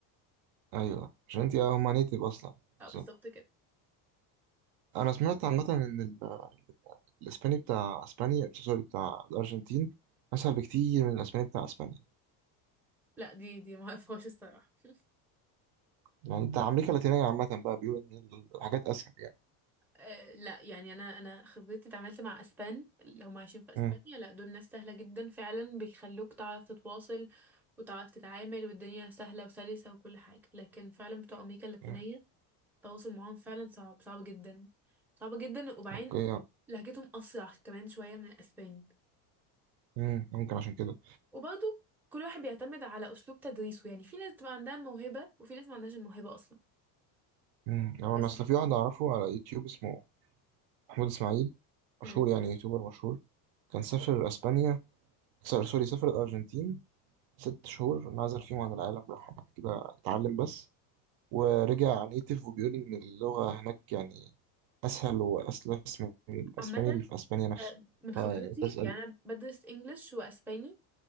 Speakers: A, on the right; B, in the centre.
A: أيوه عشان أنت هما نيتف أصلا
B: اه
A: بالظبط
B: بالظبط كده
A: أنا سمعت عامة إن ال- الإسباني بتاع أسبانيا سوري بتاع الأرجنتين أسهل بكتير من الإسباني بتاع أسبانيا
B: لا دي دي ما اعرفهاش الصراحه <laughs>
A: يعني بتاع أمريكا اللاتينية عامة بقى بيقولوا إن الحاجات أسهل يعني
B: آه لا يعني انا انا خبرتي اتعاملت مع اسبان اللي هم عايشين في اسبانيا
A: امم
B: لا دول ناس سهله جدا فعلا بيخلوك تعرف تتواصل وتعرف تتعامل والدنيا سهله وسلسه وكل حاجه لكن فعلا بتوع امريكا اللاتينيه
A: أمم.
B: التواصل معاهم فعلا صعب صعب جدا صعب جدا وبعدين
A: أوكي
B: لهجتهم أسرع كمان شوية من الأسباني
A: امم ممكن عشان كده
B: وبرضه كل واحد بيعتمد على أسلوب تدريسه يعني في ناس بتبقى عندها الموهبة وفي ناس ما عندهاش الموهبة أصلا
A: امم هو
B: بس
A: أنا أصل
B: بي...
A: في واحد أعرفه على يوتيوب اسمه محمود إسماعيل
B: مم.
A: مشهور يعني يوتيوبر مشهور كان سافر أسبانيا سوري سوري، سافر الأرجنتين ست شهور انعزل فيهم عن العالم راح هناك كده اتعلم بس ورجع نيتيف وبيقول إن اللغة هناك يعني أسهل وأسلس من الأسباني
B: عامة
A: اللي في أسبانيا نفسه
B: آه، من خبرتي
A: اه يعني قلت أسأل
B: يعني أنا بدرس إنجلش وأسباني